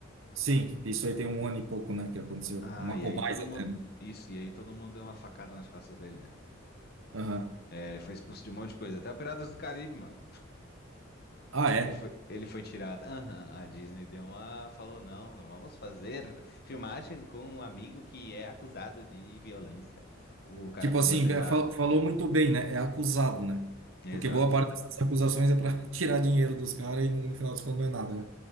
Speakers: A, on the right (about 80°); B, on the left (about 50°).
A: Sim, isso aí tem um ano e pouco, né, que aconteceu,
B: Ah,
A: Ma-
B: e
A: ou
B: aí
A: mais
B: todo
A: até,
B: mundo.
A: né?
B: Isso, e aí todo mundo deu uma facada nas costas dele, né?
A: Aham.
B: É, ele foi expulso de um monte de coisa, até o Piratas do Caribe, mano.
A: Ah, é?
B: Ele foi, ele foi tirado. Aham, a Disney deu uma. Falou: não, não vamos fazer filmagem com um amigo que é acusado de violência. O cara
A: Tipo
B: foi
A: assim,
B: inocentado.
A: be- fal- falou muito bem, né? É acusado, né?
B: Exato,
A: Porque boa parte dessas acusações é para <laughs> tirar dinheiro dos caras e no, no final das contas não é nada, né?